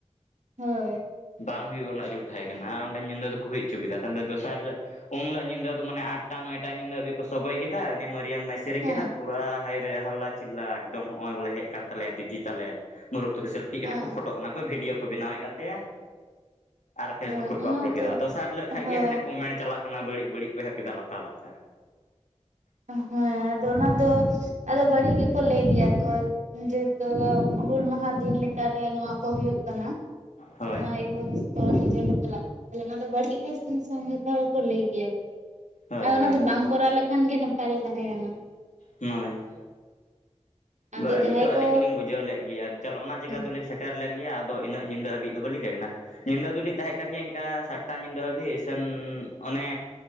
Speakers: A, on the right; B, on the left.
A: ᱦᱳᱭ
B: ᱵᱟᱝ ᱦᱩᱭᱩᱜ ᱨᱮᱱᱟᱜ ᱡᱩᱲ ᱛᱟᱦᱮᱸ ᱠᱟᱱᱟ ᱚᱸᱰᱮ ᱧᱤᱫᱟᱹ ᱫᱚᱠᱚ ᱦᱩᱭ ᱩᱪᱩ ᱠᱮᱫᱟ <unintelligible> ᱫᱚᱥᱟᱨ ᱦᱤᱞᱳᱜ ᱩᱱ ᱦᱤᱞᱟᱹᱜ ᱧᱤᱫᱟᱹ ᱫᱚ ᱢᱟᱱᱮ ᱟᱴᱴᱟ ᱱᱚᱭᱴᱟ ᱧᱤᱫᱟᱹ ᱦᱟᱹᱵᱤᱡ ᱠᱚ ᱥᱚᱜᱚᱭ ᱠᱮᱫᱟ ᱩᱱᱤ ᱢᱟᱹᱨᱤᱭᱟᱹᱢ ᱢᱟᱭ ᱥᱮᱨᱮᱧ
A: ᱦᱮᱸ
B: ᱠᱮᱫᱟ ᱯᱩᱨᱟ ᱦᱟᱭ ᱨᱮ ᱦᱟᱞᱞᱟ ᱪᱤᱞᱞᱟ ᱮᱠᱫᱚᱢ ᱦᱚᱸᱜ-ᱚᱭ ᱵᱚᱞᱮ ᱦᱮᱡ ᱠᱟᱱ ᱛᱟᱞᱮᱭᱟ ᱰᱤᱡᱤ ᱛᱟᱞᱮ ᱢᱩᱨᱩᱠ ᱛᱚ ᱵᱤᱥᱟᱞ ᱯᱷᱤᱠ ᱠᱟᱱᱟ
A: ᱟᱸ
B: ᱠᱚ ᱯᱷᱳᱴᱚ ᱚᱱᱟ ᱠᱚ ᱵᱷᱤᱰᱤᱭᱳ ᱠᱚ ᱵᱮᱱᱟᱣᱟᱭ ᱠᱟᱱ ᱛᱟᱭᱟ᱾ ᱟᱨ ᱯᱷᱮᱥᱵᱩᱠ
A: ᱦᱮᱸ
B: ᱠᱚᱨᱮᱠᱚ
A: ᱚᱱᱟ
B: ᱟᱯᱞᱳᱰ ᱠᱮᱫᱟ
A: ᱫᱚ
B: ᱫᱚᱥᱟᱨ ᱦᱤᱞᱟᱹᱜ ᱠᱷᱟᱭ
A: ᱦᱮᱸ
B: ᱜᱮ ᱦᱟᱱᱮ ᱠᱚᱢᱮᱱᱴ ᱪᱟᱞᱟᱜ ᱠᱟᱱᱟ ᱵᱟᱹᱲᱤᱜ ᱵᱟᱹᱲᱤᱜ ᱠᱚ ᱮᱦᱚᱵ ᱠᱮᱫᱟ ᱞᱟᱠᱟ ᱞᱟᱠᱟ
A: ᱦᱮᱸ ᱟᱫᱚ ᱚᱱᱟ ᱫᱚ ᱟᱫᱚ ᱵᱟᱹᱲᱤᱜ ᱜᱮᱠᱚ ᱞᱟᱹᱭ ᱜᱮᱭᱟ ᱠᱚ ᱡᱮᱦᱮᱛᱚ ᱫᱚ ᱦᱩᱞ ᱢᱟᱦᱟ ᱫᱤᱱᱞᱮᱠᱟᱨᱮ ᱱᱚᱣᱟ ᱠᱚ ᱦᱩᱭᱩᱜ ᱠᱟᱱᱟ
B: ᱦᱳᱭ
A: ᱢᱟᱭᱤᱠ ᱵᱚ ᱠᱚ ᱰᱤᱡᱮ ᱠᱚ ᱪᱟᱞᱟᱜ ᱠᱟᱱᱟ ᱛᱟᱦᱚᱞᱮ ᱱᱚᱣᱟ ᱫᱚ ᱵᱟᱹᱲᱤᱜ ᱩᱱᱥᱚᱢ ᱡᱷᱚᱛᱚ ᱦᱚᱲ ᱠᱚ ᱞᱟᱹᱭ ᱜᱮᱭᱟ ᱠᱚ
B: ᱦᱳᱭ
A: ᱟᱫᱚ
B: ᱦᱳᱭ
A: ᱚᱱᱟ ᱫᱚ ᱵᱟᱝ ᱠᱚᱨᱟᱣ ᱞᱮᱠᱷᱟᱱ ᱜᱮ ᱱᱟᱯᱟᱭ ᱫᱚ ᱛᱟᱦᱮᱸ ᱠᱟᱱᱟ᱾
B: ᱱᱚᱭ᱾
A: ᱟᱫᱚ
B: ᱵᱟᱹᱲᱤᱡ
A: ᱡᱟᱦᱟᱸᱭ
B: ᱫᱚ ᱟᱹᱞᱤᱧ
A: ᱠᱚ
B: ᱦᱚᱞᱤᱧ ᱵᱩᱡᱷᱟᱹᱣ ᱞᱮᱫ ᱜᱮᱭᱟ ᱪᱚᱞ ᱚᱱᱟ ᱡᱟᱭᱜᱟ
A: ᱦᱮᱸ
B: ᱫᱚᱞᱤᱧ ᱥᱮ ᱥᱮᱴᱮᱨ ᱞᱮᱱ ᱜᱮᱭᱟ ᱟᱫᱚ ᱤᱱᱟᱹᱜ ᱧᱤᱫᱟᱹ ᱦᱟᱵᱤᱡ ᱫᱚ ᱵᱟᱹᱞᱤᱧ ᱛᱟᱦᱮᱸ ᱠᱟᱱᱟ᱾ ᱧᱤᱫᱟᱹ ᱫᱚᱞᱤᱧ ᱛᱟᱦᱮᱸ ᱠᱟᱱ ᱜᱮᱭᱟ ᱮᱝᱠᱟ ᱥᱟᱛᱴᱟ ᱧᱤᱫᱟᱹ ᱦᱟᱹᱵᱤᱡ ᱥᱮᱱ ᱚᱱᱮ